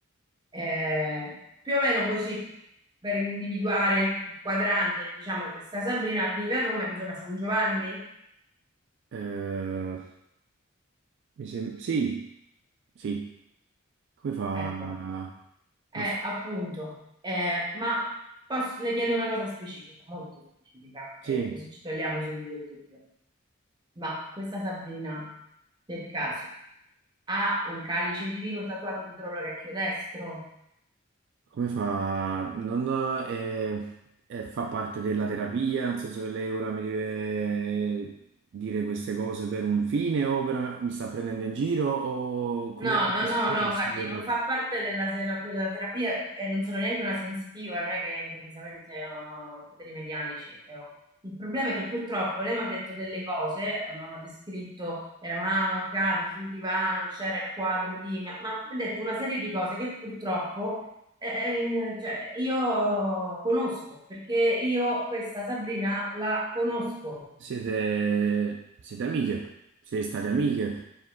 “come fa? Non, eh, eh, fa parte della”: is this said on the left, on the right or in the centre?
Right